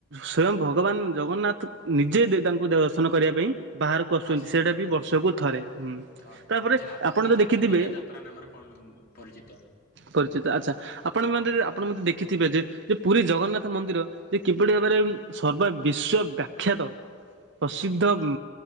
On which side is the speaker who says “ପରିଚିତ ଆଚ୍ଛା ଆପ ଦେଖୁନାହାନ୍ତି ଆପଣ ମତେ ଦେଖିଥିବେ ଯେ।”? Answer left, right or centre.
Right